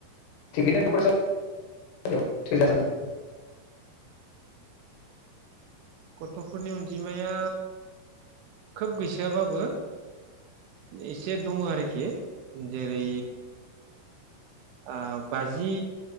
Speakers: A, on the left; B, on the right.
A: थिगैनो दं फरायसा <inaudible>
B: गथ'फोरनि अनजिमाया खोब गैसोआबाबो एसे दङ आरोखि जेरै आ-बाजि